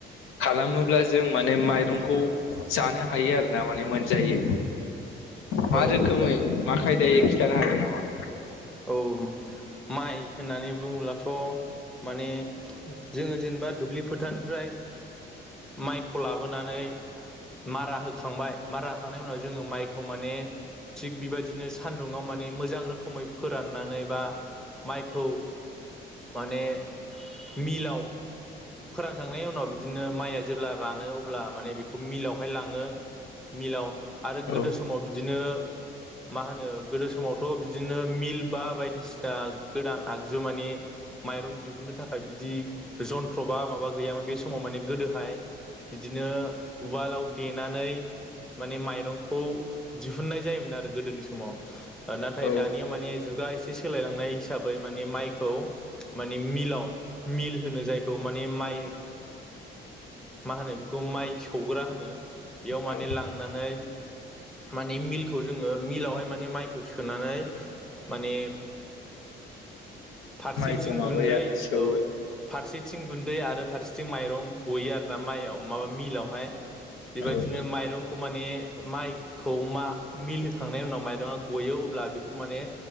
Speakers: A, on the left; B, in the centre.
A: खालामोब्ला जों माने माइरंखौ जानो हा यो आरो ना माने मोनजायो? मा
B: औ
A: रोखोमै मा खायदायै खिथानो हागोन नामा?
B: औ माइ होननानै बुङोलाथ' माने जोङो जेनेबा दुब्लि फोथारनिफ्राय माइखौ लाबोनानै मारा हो खांबाय मारा होखांनायनि उनाव जोङो माइखौ माने थिग बेबायदिनो सान्दुङाव माने मोजां रोखोमै फोराननानै बा माइखौ माने मिलाव फोरानखांनायनि उनाव बिदिनो माइआ जेब्ला रानो अब्ला माने बेखौ मिलावहाय लाङो मिलाव आरो
A: औ
B: गोदो समाव बिदिनो मा होनो गोदो समावथ' बिदिनो मिल बा बायदिसि ना गोदान आगजुु माने माइरं दिहुननो थाखाय बिदि जन्थ्र' बा माबा गैयामोन बे समाव माने गोदोहाय बिदिनो उवालाव देनानै माने माइरंखौ दिहुननाय जायोमोन आरो गोदोनि समाव। नाथाय
A: औ
B: दानिया माने जुगा एसे सोलायलांनाय हिसाबै माने माइखौ माने मिलाव मिल होनो जायखौ माने माइ माइ मा होनो बेखौ माइ सौग्रा होनो। बेयाव माने
A: औ
B: लांनानै माने मिलखौ जोङो मिलावहाय माने माइखौ सोनानै माने फारसेथिं
A: माइखौ माबायो
B: गुन्दै
A: आरो सौवो
B: औ फारसेथिं गुन दै आरो फारसेथिं माइरं गयो आरो ना माइआव माबा मिलावहाय। बेबायदिनो
A: औ
B: माइरंखौ माने माइखौ मा मिल होखांनायनि उनाव माइरङा गयो अब्ला बेखौ माने